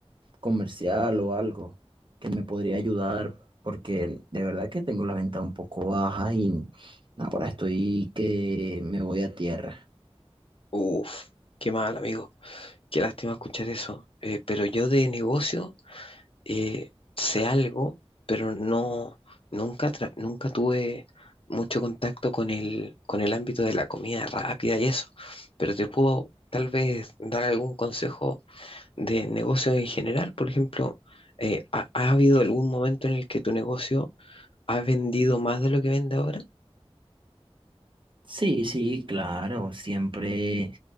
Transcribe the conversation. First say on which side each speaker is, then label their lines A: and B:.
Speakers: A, on the right (about 50°); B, on the left (about 60°).
A: comercial o algo que me podría ayudar? Porque de verdad que tengo la venta un poco baja y ahora estoy que me voy a tierra.
B: Uf, qué mal, amigo. Qué lástima escuchar eso. Eh, pero yo de negocio eh, sé algo, pero no, nunca, tra- nunca tuve mucho contacto con el, con el ámbito de la comida rápida y eso. Pero te puedo tal vez dar algún consejo de negocios en general. Por ejemplo, eh, ¿ha, ha habido algún momento en el que tu negocio ha vendido más de lo que vende ahora?
A: Sí, sí, claro, siempre